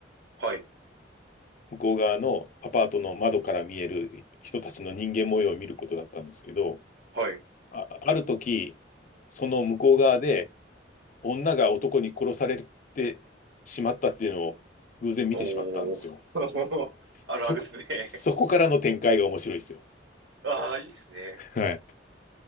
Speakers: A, on the right (about 70°); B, on the left (about 45°).
A: はい。
B: 向こう側のアパートの窓から見える人たちの人間模様を見ることだったんですけど、
A: はい。
B: あ、ある時、その向こう側で、女が男に殺されてしまったっていうのを偶然見てしまったんですよ。
A: おー。<laughs> あるあるっすね。
B: そこ、そこからの展開が面白いですよ。
A: <laughs> ああ、いいっすね。
B: はい。